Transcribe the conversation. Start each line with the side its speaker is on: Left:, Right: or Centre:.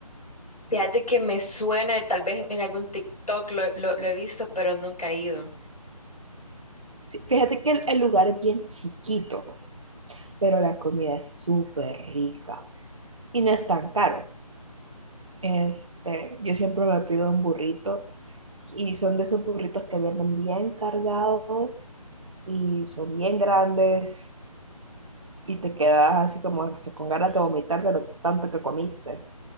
Left: Fíjate que me suena, tal vez en algún TikTok lo, lo- lo he visto, pero nunca he ido.
Right: Sí, fíjate que el, el lugar es bien chiquito, pero la comida es súper rica y no es tan caro. Este, yo siempre me pido un burrito y son de esos burritos que vienen bien cargados y son bien grandes y te quedas así como hasta con ganas de vomitar de lo tanto que comiste,